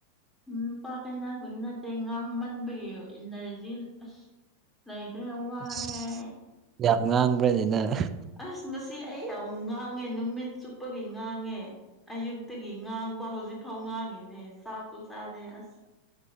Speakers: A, in the centre; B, on the right (about 25°).
A: ꯅꯨꯄꯥ ꯀꯥꯏꯅꯕꯒꯤ ꯅꯠꯇꯦ ꯉꯥꯡꯃꯟꯕꯒꯤ ꯏꯅꯔꯖꯤ ꯑꯁ ꯂꯩꯇ꯭ꯔꯦ ꯋꯥꯔꯦ
B: ꯑꯁ ꯌꯥꯝ ꯉꯥꯡꯕ꯭ꯔꯥ ꯅꯦ ꯅꯪ
A: ꯑꯁ ꯉꯁꯤ ꯑꯩ ꯌꯥꯝ ꯉꯥꯡꯉꯦ ꯅꯨꯃꯤꯠ ꯆꯨꯞꯄꯒꯤ ꯉꯥꯡꯉꯦ ꯑꯌꯨꯛꯇꯒꯤ ꯉꯥꯡꯕ ꯍꯧꯖꯤꯛꯐꯥꯎ ꯉꯥꯡꯉꯤꯅꯦ ꯆꯥꯛ ꯁꯨ ꯆꯥꯗꯦ ꯑꯁ